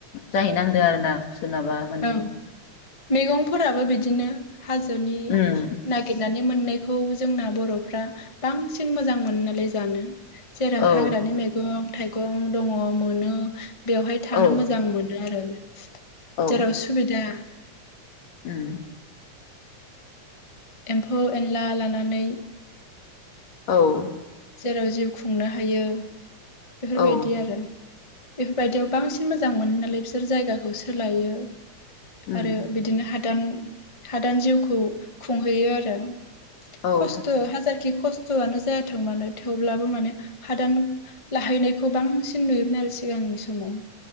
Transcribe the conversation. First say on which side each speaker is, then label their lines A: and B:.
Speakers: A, on the left (about 65°); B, on the left (about 25°).
A: जाहैनांदों आरोना सोरोनाबा माने
B: औ मैगंफोराबो बिदिनो हाजोनि
A: उम
B: नागिरनानै मोननायखौ जोंना बरफ्रा बांसिन मोजां मोनो नालाय जानो। जेराव
A: औ
B: हाग्रानि मैगं थाइगं गं दङ मोनो। बेवहाय थानो
A: औ
B: मोजां मोनो आरो <inaudible>
A: औ
B: जेराव सुबिदा
A: उम
B: एम्फौ एनला लानानै
A: औ
B: जेराव जिउ खुंनो हायो। बेफोरबायदि
A: औ
B: आरो बेफोरबायदियाव बांसिन मोजां मोनो नालाय बिसोर जायगाखौ सोलायो।
A: उम
B: आरो बिदिनो हादान हादान जिउखौ खुंहैयो आरो।
A: औ
B: खस्त हाजार खि खस्थआनो जाया थोंमानो थेवब्लाबो माने हादान लाहैनायखौ बांसिन नुयोमोन आरो सिगांनि समाव।